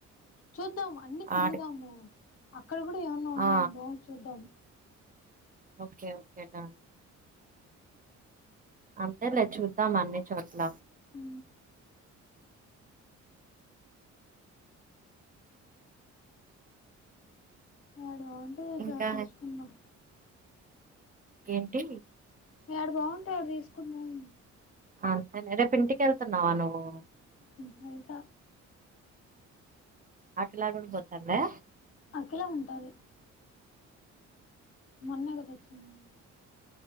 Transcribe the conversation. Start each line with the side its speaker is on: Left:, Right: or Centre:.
Left: చూద్దాము అన్ని తిరుగుదాము
Right: ఆడి
Left: అక్కడ కూడా ఏమన్నా ఉన్నాయో
Right: ఆ
Left: బా చూద్దాం
Right: ఓకే ఓకే డన్ అంతే లే చూద్దాం అన్ని చోట్ల
Left: ఉ ఏడ బాగుంటే
Right: ఇంకా
Left: ఆడ తీసుకుందాం
Right: ఏంటి
Left: యాడ బాగుంటే యాడ తీసుకుదం
Right: అంతే రేపు ఇంటికి వెళ్తున్నావా నువ్వు
Left: వెంత
Right: ఆకలి ఆగడు గతల్లే
Left: అక్కలా ఉంటారు మొన్నే కద వచ్చిందడి